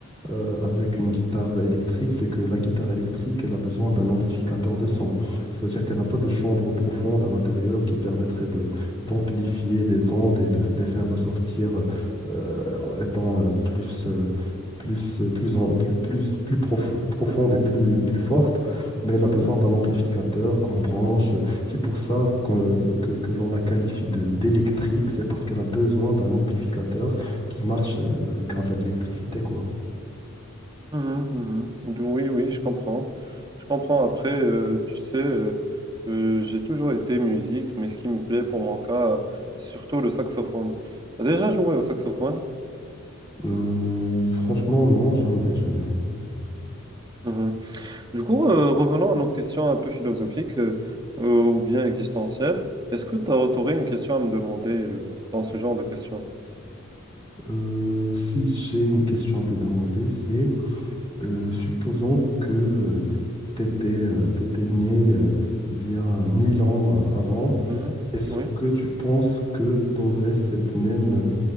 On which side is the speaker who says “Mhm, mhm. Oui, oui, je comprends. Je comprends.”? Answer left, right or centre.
Right